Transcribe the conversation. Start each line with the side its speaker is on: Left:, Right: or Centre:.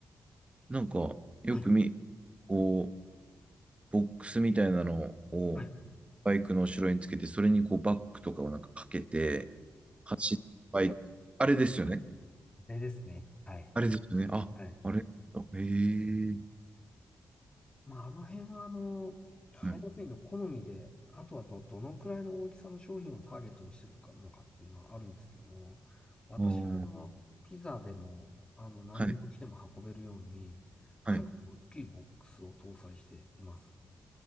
Right: なんか、よくみ、
Left: はい。
Right: こう、ボックスみたいなのを
Left: はい
Right: バイクの後ろにつけて、それにこうバッグとかをなんかかけて、走ったバイク。あれですよね。
Left: あれですね。はい。
Right: あれですよね。あ、
Left: はい。
Right: あれ。あへえ。
Left: まあ、あの辺は、あの、配達員の好みで、
Right: はい。
Left: あとはど、どのくらいの大きさの商品をターゲットにしてるかのかっていうのはあるんですけども、私は、
Right: あー
Left: あの、ピザでも、あの、何でも来ても運べるように、
Right: はい。はい。
Left: かなり大きいボックスを搭載しています。